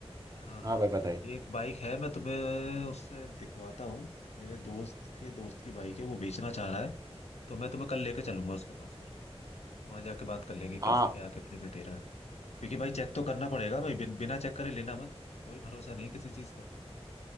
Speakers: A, on the left; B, on the right.
A: हाँ
B: हाँ
A: हाँ
B: भाई बताइए
A: एक बाइक है मैं तुम्हें उससे दिखवाता हूँ मेरे दोस्त के दोस्त की बाइक है वो बेचना चाह रहा है तो मैं तुम्हें कल लेके चलूंगा उसके पास फिर वहां जाके बात कर लेंगे
B: हाँ
A: कैसे क्या कितने में दे रहा है क्योंकि भाई चेक तो करना पड़ेगा भाई बिन, बिना चेक करे लेना मत कोई भरोसा नहीं किसी चीज का